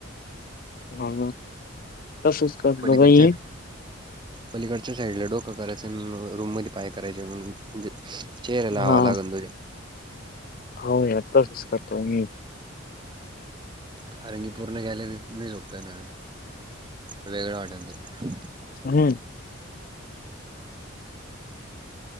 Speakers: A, on the left; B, on the right.
A: हा ना. तसच करतो
B: पलीकडच्या.
A: बाई
B: पलीकडच्या साईडला डोकं करायचं अन्, रूम मध्ये पाय करायचे म्हणजे. चेहऱ्याल लावाव
A: हा
B: लागलं तुझ्या.
A: हो यातच करतो मी.
B: फरंगीपूर्ण <unintelligible> गेलेरी नाही झोपत वेगळं वाटण ते
A: हम्